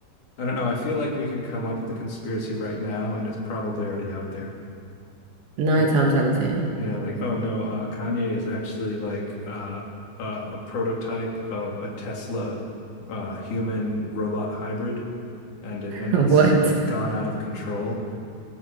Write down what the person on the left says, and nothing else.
I don't know. I feel like we could come up with a conspiracy right now and it's probably already out there.
Like
yeah, like oh no, uh Kanye is actually like uh uh, a prototype of a Tesla uh human robot hybrid and it, and
it's
sort of gone out of control